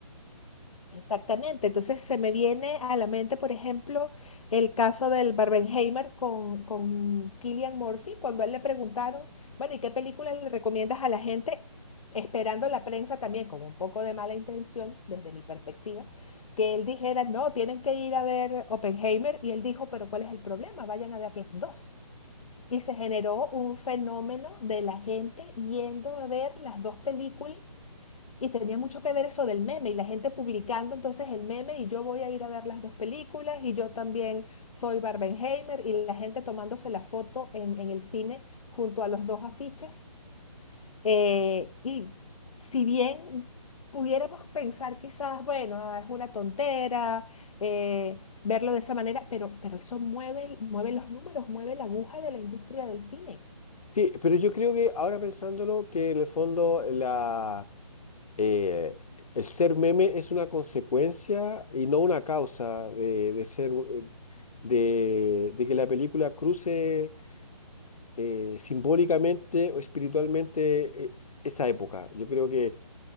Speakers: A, on the left (about 70°); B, on the left (about 85°).
A: Exactamente. Entonces se me viene a la mente, por ejemplo, el caso del Barbenheimer con, con Cillian Murphy, cuando a él le preguntaron, bueno, ¿y qué película le recomiendas a la gente? Esperando la prensa también, con un poco de mala intención, desde mi perspectiva, que él dijera, no, tienen que ir a ver Oppenheimer. Y él dijo, pero ¿cuál es el problema? Vayan a ver las dos. Y se generó un fenómeno de la gente yendo a ver las dos películas y tenía mucho que ver eso del meme y la gente publicando entonces el meme y yo voy a ir a ver las dos películas y yo también soy Barbenheimer y la gente tomándose la foto en, en el cine junto a los dos afiches. Eh, y si bien pudiéramos pensar quizás, bueno, ah, es una tontera eh, verlo de esa manera, pero, pero eso mueve, mueve los números, mueve la aguja de la industria del cine.
B: Sí, pero yo creo que ahora pensándolo, que en el fondo la, eh, el ser meme es una consecuencia y no una causa de, de ser, eh, de, de que la película cruce eh, simbólicamente o espiritualmente eh, esa época. Yo creo que,